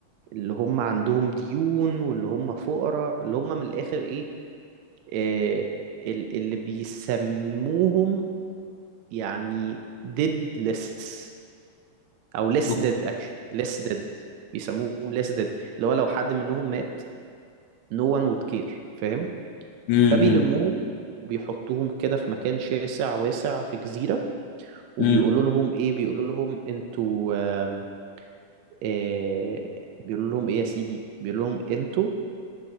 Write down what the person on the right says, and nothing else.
اللي هم عندهم ديون واللي هم فقراء اللي هم من الآخر إيه آه... ال- اللي بيسموهم يعني deadless أو less
dead actually less dead بيسموهم less dead اللي هو لو حد منهم مات no one would care فاهم
فبيلموهم
وبيحطوهم كده في مكان شاسع واسع في جزيرة وبيقولوا
لهم ايه بيقولوا لهم انتوا آم، آه، بيقولوا لهم ايه يا سيدي بيقولوا لهم انتوا